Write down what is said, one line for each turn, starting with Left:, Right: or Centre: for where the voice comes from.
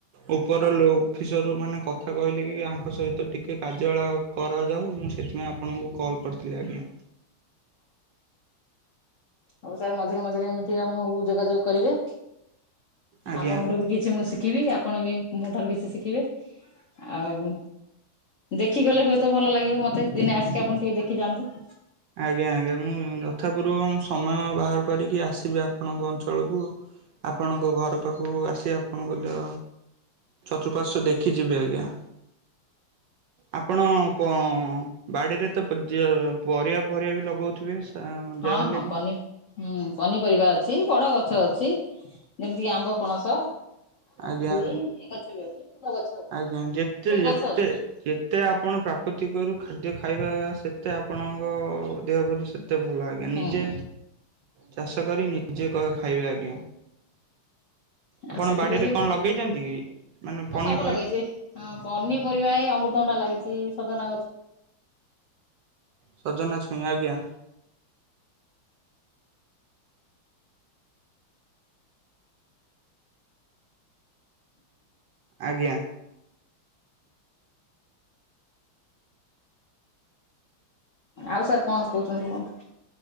Right: ଉପର ଲୋ ଅଫିସର ମାନେ କଥା କହିଲେ କି ତାଙ୍କ ସହିତ ଟିକେ କାର୍ଯ୍ୟାଳୟ କରାଯାଉ ମୁଁ ସେଥିପାଇଁ ଆପଣଙ୍କୁ କଲ୍ କରିଥିଲି ଆଜ୍ଞା।
Left: ହଉ ସାର୍ ମଝିରେ ମଝିରେ ଏମିତି ଆମ ଯୋଗାଯୋଗ କରିବେ
Right: ଆଜ୍ଞା।
Left: ଆପଣଙ୍କଠୁ ବି କିଛି ମୁଁ ଶ ଶିଖିବି ଆପଣ ବି ମୋ ଠାରୁ କିଛି ଶିଖିବେ। ଆଉ ଦେଖି ଗଲେ ହୁଏତ ଭଲ ଲାଗିବ ମତେ ଦିନେ ଆସିକି ଆପଣ ଟିକେ ଦେଖି ଯାଆନ୍ତୁ।
Right: ଆଜ୍ଞା ଆଜ୍ଞା ମୁଁ ଯଥାପୂର୍ବ ସମୟ ବାହାର କରିକି ଆସିବି ଆପଣଙ୍କ ଅଞ୍ଚଳକୁ ଆଉ। ଆପଣଙ୍କ ଘର ପାଖକୁ ଆସି ଆପଣଙ୍କୁ ଦେ ଚତୁଃପାର୍ଶ୍ଵ ଦେଖି ଯିବେ ଆଜ୍ଞା। ଆପଣ କ ବାଡିରେ ତ ଜ ପରିବା ଫରିବା ବି ଲଗଉଥିବେ। ଯାହାହେଲେ
Left: ହଁ ହଁ
Right: ବି
Left: ପନି ହଁ ପନିପରିବା ଅଛି ବଡ ଗଛ ଅଛି। ଯେମିତିକି ଆମ୍ବ ପଣସ କାକୁଡି
Right: ଆଜ୍ଞା
Left: ଏ ଗଛ ବି ଅଛି ଫୁଲ ଗଛ ଅଛି।
Right: ଆଜ୍ଞା ଯେତେ
Left: ପ୍ରତ୍ୟେକ
Right: ଯେତେ
Left: ଗଛ ଅଛି
Right: ଯେତେ ଆପଣ ପ୍ରାକୃତିକରୁ ଖାଦ୍ୟ ଖାଇବା ସେତେ ଆପଣଙ୍କ ଦେହ ପ୍ରତି ସେ ତେ ଭଲ ଆଜ୍ଞା।
Left: ହୁଁ
Right: ନିଜେ ଚାଷ କରି ନିଜେ କ ଖାଇବେ ଆଜ୍ଞା।
Left: ଆଉ
Right: ଆପଣ
Left: ସେଥିପ୍ରତି
Right: ବାଡିରେ କଣ
Left: ହଁ
Right: ଲଗେଇଛନ୍ତି ମାନେ ପନୀ
Left: ସବୁ ଲଗେଇଛି ହଁ ପନିପରିବା ଏ ଅମୃତଭଣ୍ଡା ଲାଗିଛି। ସଜନା ଗଛ
Right: ସଜନା ଛୁଇଁ ଆଜ୍ଞା। ଆଜ୍ଞା।
Left: ଆଉ ସାର୍ କଣ କହୁଛନ୍ତି କୁହନ୍ତୁ?